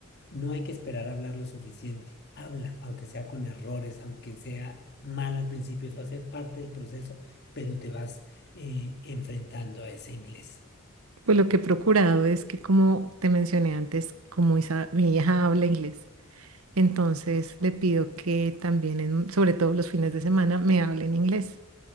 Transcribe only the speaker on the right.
Pues lo que he procurado es que, como te mencioné antes, como Isa- mi hija habla inglés, entonces le pido que también, en- sobre todo los fines de semana, me hable en inglés.